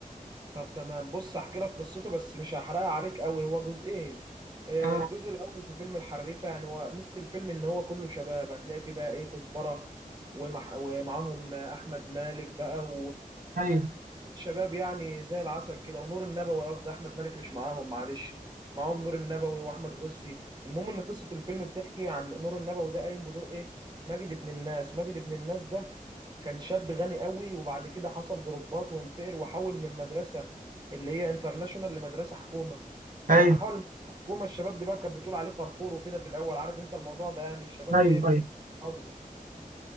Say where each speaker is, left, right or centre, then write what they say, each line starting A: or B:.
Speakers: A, on the right; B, on the right.
A: طب تمام بص احكي لك قصته بس مش هحرقها عليك قوي هو جزئين آه،
B: اه
A: الجزء الاول في فيلم الحريفه يعني هو ميزه الفيلم ان هو كله شباب هتلاقي فيه بقى ايه كزبره ومع... ومعاهم آه، احمد مالك بقى
B: ايوه
A: شباب يعني زي العسل كده ونور النبوي قصدي احمد مالك مش معاهم معلش معاهم نور النبوي واحمد غزي المهم ان قصه الفيلم بتحكي عن نور النبوي ده قايم بدور ايه ماجد ابن الناس ماجد ابن الناس ده كان شاب غني قوي وبعد كده حصل ضربات وانفقر وحول من مدرسه اللي هي انترناشونال لمدرسه حكومه فلما
B: ايوه
A: حول من مدرسه حكومه الشباب دي بقى كانت بتقول عليه فرفور وكده في الاول عارف انت الموضوع ده يعني الشباب
B: ايوه
A: ايه
B: ايوه
A: بتهزر